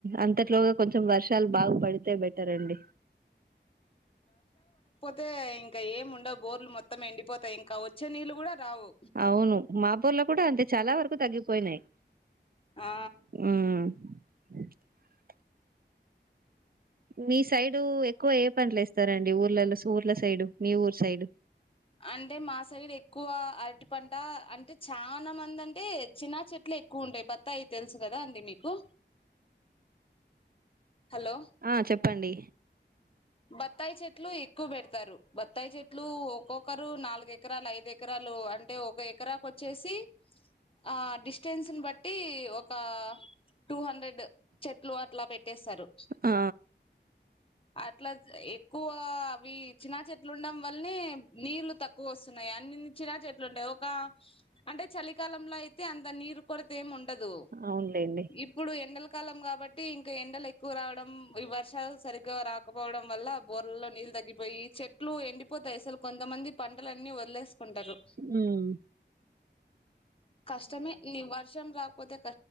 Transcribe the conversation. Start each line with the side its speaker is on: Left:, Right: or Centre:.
Right: అంతట్లోగా కొంచెం వర్షాలు బాగా పడితే బెటర్ అండి
Left: అయితే ఇంకా ఏం ఉండవు బోర్లు మొత్తం ఎండిపోతాయి ఇంకా వచ్చే నీళ్ళు కూడా రావు
Right: అవును మా బోర్లు కూడా అంతే చాలా వరకు తగ్గిపోయినాయి
Left: ఆ
Right: మ్మ్ <unintelligible> మీ సైడు ఎక్కువ ఏ పంటలు ఇస్తారండి ఊర్లలో ఊర్ల సైడు మీ ఊరు సైడు
Left: అంటే మా సైడ్ ఎక్కువ అరటి పంట అంటే చాలా మంది అంటే చిన్న చెట్లు ఎక్కువ ఉంటాయి బత్తాయి తెలుసు కదా అండి మీకు హలో
Right: ఆ చెప్పండి
Left: బత్తాయి చెట్లు ఎక్కువ పెడతారు బత్తాయి చెట్లు ఒక్కొక్కరు నాలుగ ఎకరాలు ఐదు ఎకరాలు లు అంటే ఒక ఎకరాకు వచ్చేసి ఆ డడిస్టెన్స్ బట్టి ఒక టూ హండ్రెడ్ చెట్లు అట్లా పెట్టేస్తారు
Right: ఆ
Left: ఇట్లా ఎక్కువ అవి చినా చెట్లు ఉండడం వల్లనే నీళ్లు తక్కువ వస్తున్నాయి అన్ని చిరా చెట్లు ఉంటాయి ఒక అంటే చలికాలంలో అయితే అంత నీరు కొరత ఏమి ఉండ ఉండదు
Right: అవునులేండి
Left: ఇప్పుడు ఎండల కాలం కాబట్టి ఇంకా ఎండలు ఎక్కువ రావడం ఈ వర్షాలు సరిగ్గా రా కపోవడం వల్ల బోర్లల్లో నీళ్ళు తగ్గిపోయి చెట్లు ఎండిపోతాయి అసలు కొంతమంది పంటలన్నీ వదిలేస్త కొంటరు
Right: మ్మ్
Left: కష్టమే నిక్ వర్షం రాపోతే